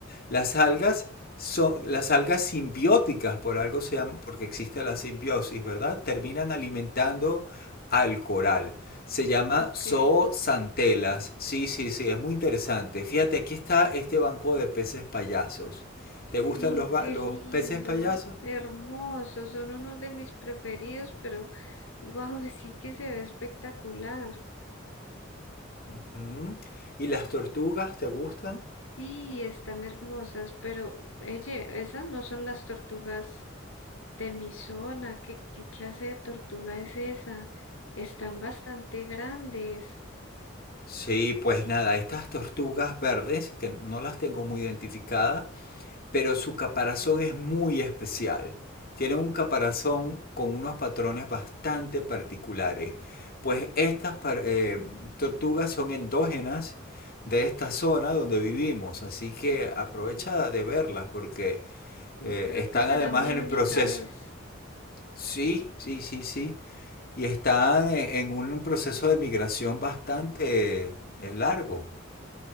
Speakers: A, on the left; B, on the left.
A: Las algas son las algas simbióticas, por algo sean, porque existe la simbiosis, ¿verdad? Terminan alimentando al coral. Se llama
B: Ok.
A: zoosantelas. Sí, sí, sí, es muy interesante. Fíjate, aquí está este banco de peces payasos. ¿Te
B: Sí,
A: gustan los, ba-
B: qué
A: los
B: lindos,
A: peces payasos?
B: hermosos, son unos de mis preferidos, pero wow, <laughs> sí que se ve espectacular.
A: Ujú. ¿Y las tortugas te gustan?
B: Sí, están hermosas, pero oye, esas no son las tortugas de mi zona. ¿Qué, qué clase de tortuga es esa? Están bastante grandes.
A: Sí, pues nada, estas tortugas verdes, que no las tengo muy identificadas, pero su caparazón es muy especial. Tiene un caparazón con unos patrones bastante particulares, pues estas eh, tortugas son endógenas de esta zona donde vivimos, así que aprovecha de verlas porque
B: Mm,
A: eh,
B: Creo
A: están
B: que será
A: además
B: mi
A: en
B: única
A: el proceso.
B: vez.
A: Sí, sí, sí, sí. Y están en en un proceso de migración bastante eh, largo.